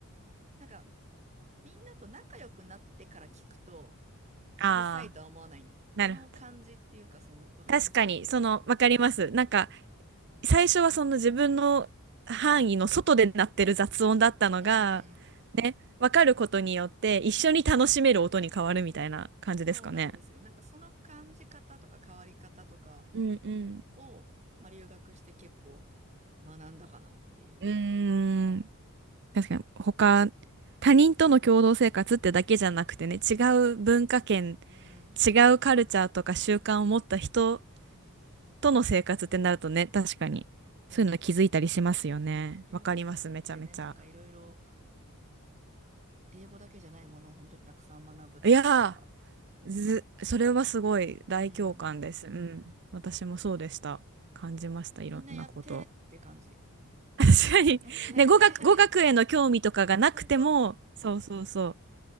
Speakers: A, on the right; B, on the right.
A: なんかみんなと仲良くなってから聞くと、
B: ああ、
A: うるさいとは思わない、あの感じっていうか、
B: なるほど。
A: その、わかります言ってること。
B: 確かに、その、わかります。なんか、最初はその自分の範囲の外で鳴ってる雑音だったのが、
A: うん。うん。
B: ね、わかることによって、一緒に楽しめる音に変わるみたいな感じですかね。
A: そうなんですよ。なんかその感じ方とか変わり方とか、
B: うんうん。
A: を、まあ、留学して結構学んだかなっていうか、
B: うー
A: うん。
B: ん、確かに他、他人との共同生活ってだけじゃなくてね、違う文化圏、
A: うん、
B: 違うカルチャーとか習慣を持った人との生活ってなるとね、確かにそういうの気づいたりしますよね。
A: そうなんですよ。留学ってね、
B: わかります、めちゃめちゃ。
A: なんかいろいろ英語だけじゃないものを本当にたくさん学ぶっていうか、
B: いやー、ず、それはすごい大共感です。
A: うん、
B: うん、私もそうでした。感じました、いろんなこと。
A: みんなやってって感じ。
B: <laughs> 確かに。
A: <laughs>
B: ね、語学、語学への興味とかがなくても、
A: 本当、
B: そうそうそう。